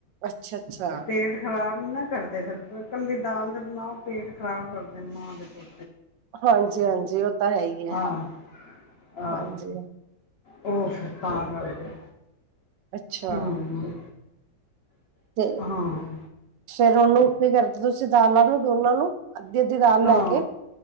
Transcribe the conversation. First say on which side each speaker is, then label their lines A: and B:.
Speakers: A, on the right (about 75°); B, on the left (about 80°).
A: ਅੱਛਾ, ਅੱਛਾ।
B: ਤੇ ਪੇਟ ਖ਼ਰਾਬ ਨੀ ਕਰਦੇ ਫਿਰ, ਕੱਲੀ ਦਾਲ ਤੇ ਬਣਾਓ ਪੇਟ ਖ਼ਰਾਬ ਕਰਦੇ ਮਾਂ ਦੇ
A: ਹਾਂਜੀ, ਹਾਂਜੀ ਉਹ ਤਾਂ ਹੈ ਹੀ ਹੈ,
B: ਹਾਂ ਆਹ।
A: ਹਾਂਜੀ,
B: ਹੋ ਫਿਰ ਤਾਂ ਕਰਕੇ
A: ਅੱਛਾ।
B: ਹਮ
A: ਤੇ
B: ਹਾਂ
A: ਫੇਰ ਉਹਨੂੰ ਕੀ ਕਰਦੇ ਤੁਸੀਂ ਦਾਲਾਂ ਨੂੰ ਦੋਨਾਂ ਨੂੰ ਅੱਧੀ-ਅੱਧੀ ਦਾਲ
B: ਹਾਂ,
A: ਲੈ ਕੇ